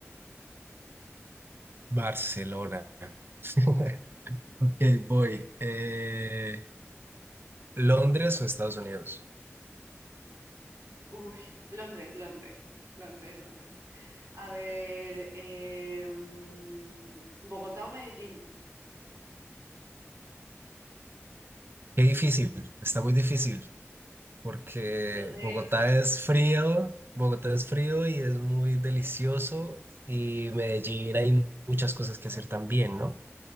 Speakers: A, on the right; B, on the right.
A: Barcelona. <laughs> Ok, voy.
B: Sí.
A: Eh, ¿Londres o Estados Unidos?
B: Uy, Londres, Londres, Londres, Londres. A ver, em, Bogotá o Medellín.
A: Qué difícil, está muy difícil, porque
B: Lo sé,
A: Bogotá
B: lo sé.
A: es frío, Bogotá es frío y es muy delicioso, y Medellín hay muchas cosas que hacer también, ¿no?